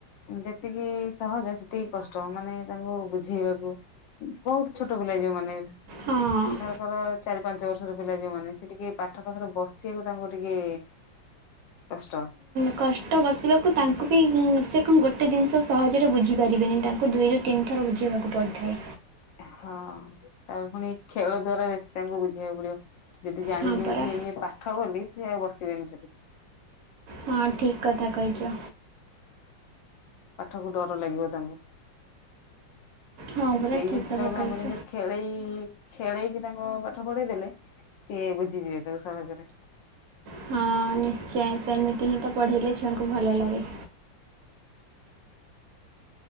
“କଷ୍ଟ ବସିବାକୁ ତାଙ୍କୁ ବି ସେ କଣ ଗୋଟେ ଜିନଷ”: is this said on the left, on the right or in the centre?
Right